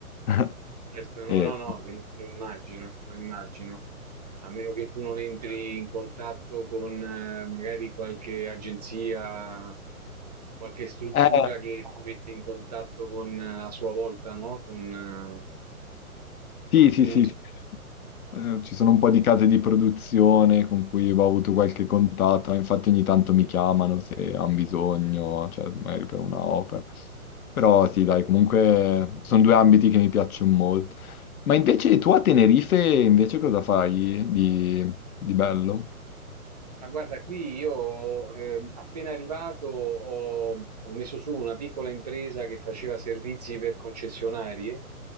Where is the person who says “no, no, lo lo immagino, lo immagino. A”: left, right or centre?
Right